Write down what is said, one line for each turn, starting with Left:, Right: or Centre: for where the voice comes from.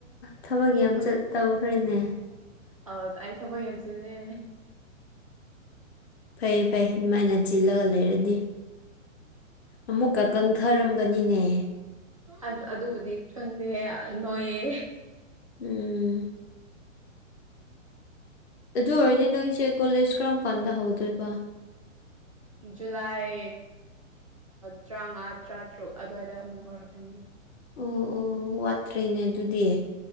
Left: ꯊꯕꯛ
Right: ꯑꯩ
Left: ꯌꯥꯝ ꯆ ꯇꯧꯈ꯭ꯔꯦꯅꯦ
Right: ꯑ ꯇꯥꯏ ꯊꯕ ꯌꯦꯦꯝꯁꯤꯅꯦ
Left: ꯐꯩ ꯐꯩ ꯑꯗꯨꯃꯥꯏꯅ ꯆꯤꯜꯂꯒ ꯂꯩꯔꯗꯤ ꯑꯃꯨꯛꯀ ꯀꯪꯊꯔꯝꯒꯅꯤꯅꯦ
Right: ꯑꯁ ꯑꯗꯨꯕꯨꯗꯤ ꯈꯪꯗꯦ ꯅꯣꯏꯌꯦ
Left: ꯎꯝ ꯑꯗꯨ ꯑꯣꯏꯔꯗꯤ ꯅꯣꯏꯁꯦ ꯀꯣꯂꯦꯖ ꯀꯔꯝ ꯀꯥꯟꯗ ꯍꯧꯗꯣꯏꯕ
Right: ꯖꯨꯂꯥꯏ ꯇꯔꯥꯃꯉꯥ ꯇꯔꯥꯇꯔꯨꯛ ꯑꯗꯨꯋꯥꯏꯗ ꯑꯃꯨꯛ ꯍꯧꯔꯛꯀꯅꯤ
Left: ꯑꯣ ꯑꯣ ꯋꯥꯠꯇ꯭ꯔꯦꯅꯦ ꯑꯗꯨꯗꯤ